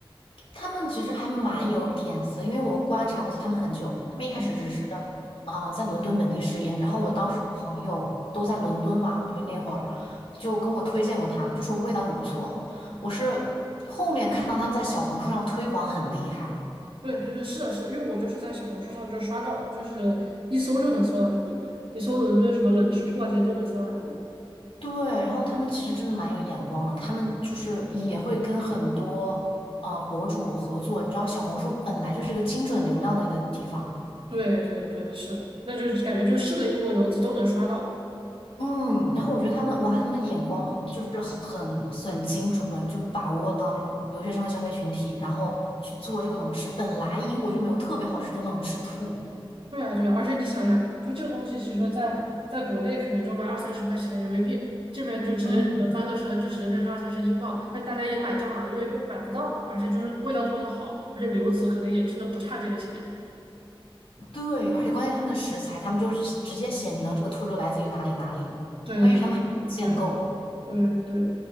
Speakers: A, on the left; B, on the right.
A: 他们其实还蛮有点子的因为我观察过他们很久。他们一开始只是，
B: 哦，
A: 啊在伦敦本地试验。然后我当时朋友都在伦敦嘛，
B: 嗯
A: 因为那会儿
B: 嗯
A: 就跟我推荐过他们，就说味道很不错。
B: 嗯。
A: 我是后面看到他们在小红书上推广很厉害，
B: 对对对，是的，是的因为我就是在小红书上就刷到了，就是一搜就能搜到他们，你搜伦敦什么冷吃兔啊这些都能搜到他们。
A: 对。然后他们其实真的蛮有眼光的，他们就是也会跟很多呃博主合作。你知道，小红书本来就是一个精准流量的一个地方。
B: 对对对，是，那就是感觉就是个英国留子都能刷到。
A: 嗯，然后我觉得他们哇，他们眼光就是很很精准，就把握到那种留学生的消费群体，然后去做这个冷吃。本来英国就没有特别好吃的冷吃兔，
B: 对啊对啊，而且你想想，就这个东西，其实在在国内可能就卖二三十块钱人民币，这边就直接就能翻个身，
A: 嗯，
B: 就直接变成二三十英镑，但大家也买账啊，因为就买不到嘛，而且就是味道做的好，而且留子可能也真的不差这个钱。
A: 对，而且关键他们的食材，他们就直直接写明了这个兔肉来自于哪里哪里。
B: 对对
A: 关键是他们还限购，
B: 对对。对对，